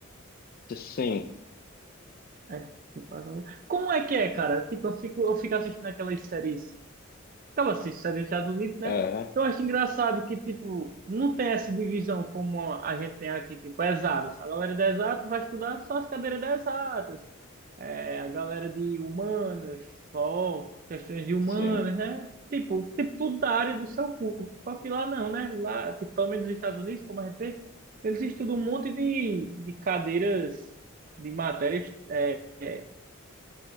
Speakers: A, on the left; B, on the right.
A: Sim,
B: É, tipo, agora- como é que é, cara? Tipo, eu fico, eu fico assistindo aquelas séries. Eu assisto séries dos Estados Unidos, né?
A: é,
B: Eu acho engraçado que, tipo, não tem essa divisão como a gente tem aqui, tipo, é exatos. A galera de exatos vai estudar só as cadeiras de exatas. É, a galera de humanas, só questões de humanas,
A: sim.
B: né? Tipo, tipo, tudo da área do seu curso. Só que lá não, né? Lá, tipo, pelo menos nos Estados Unidos, como a gente vê, eles estudam um monte de, de cadeiras, de matérias é, é,